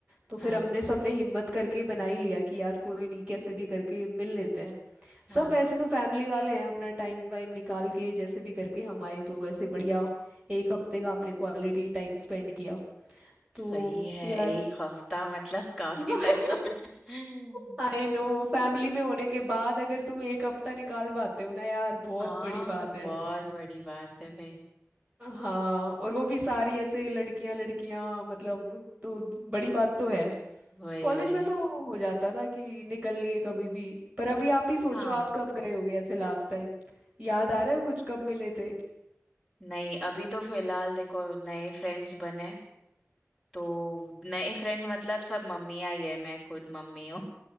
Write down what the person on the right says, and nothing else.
तो फिर
हमने सबने हिम्मत करके बना ही लिया कि यार कोई नहीं कैसे भी करके मिल लेते हैं सब
वैसे तो फैमिली वाले हैं अपना टाइम वाइम निकाल के जैसे भी करके हम आए तो वैसे बढ़िया एक हफ्ते का हमने क्वालिटी टाइम स्पेंड किया तो
यार
<laughs>
आई नो फैमिली में होने के बाद अगर तुम एक हफ्ता निकाल पाते हो ना यार बहुत
बड़ी बात है
हाँ और वो भी सारी ऐसे लड़कियां लड़कियां मतलब तो बड़ी बात तो है
कॉलेज
में तो हो जाता था कि निकल लिए कभी भी पर अभी आप ही सोचो
आप कब गए होगे ऐसे लास्ट टाइम याद आ रहा है कुछ कब मिले थे